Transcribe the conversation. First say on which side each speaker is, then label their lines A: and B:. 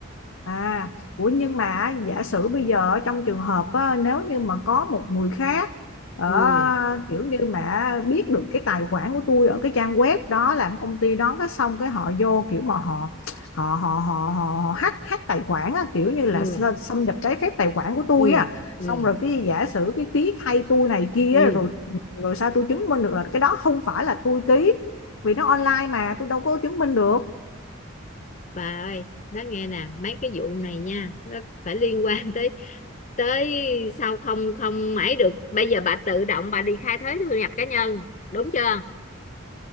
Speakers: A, on the left; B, on the left.
A: À, ủa nhưng mà giả sử bây giờ ở trong trường hợp á, nếu như mà có một người khác ở
B: ừ
A: kiểu như mà biết được cái tài khoản của tôi ở cái trang web đó làm công ty đó cái xong cái họ vô kiểu mà họ họ họ họ họ, họ hack hack tài khoản á, kiểu như là
B: ừ
A: x- xâm nhập trái phép tài khoản của tôi
B: ừ
A: á
B: ừ
A: xong rồi cái giả sử cái ký thay tôi này kia
B: ừ
A: á, rồi rồi sao tôi chứng minh được là cái đó không phải là tôi ký vì nó online mà tôi đâu có chứng minh được
B: bà ơi đó nghe nè mấy cái vụ này nha nó phải liên quan tới tới sao không không mãi được bây giờ bà tự động bà đi khai thuế thu nhập cá nhân đúng chưa